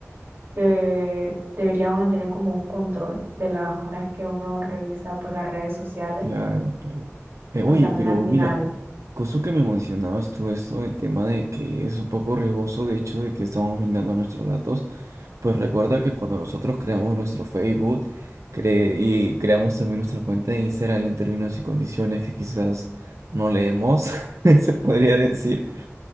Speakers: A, on the right; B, on the right.
A: que debería uno tener como un control de las horas que uno revisa pues las redes sociales,
B: Claro, claro. Eh, oye,
A: pues también
B: pero
A: al final
B: mira, cosa que me mencionabas tú esto del tema de que es un poco riesgoso de hecho de que estamos brindando nuestros datos, pues recuerda que cuando nosotros creamos nuestro Facebook cre- y creamos también nuestra cuenta de Instagram hay un términos y condiciones que quizás no leemos, <laughs> se podría decir.